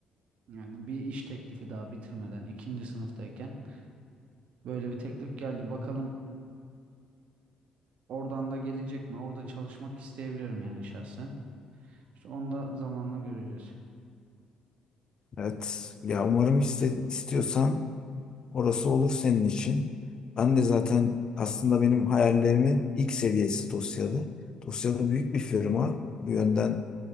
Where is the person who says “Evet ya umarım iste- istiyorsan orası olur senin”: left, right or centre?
Left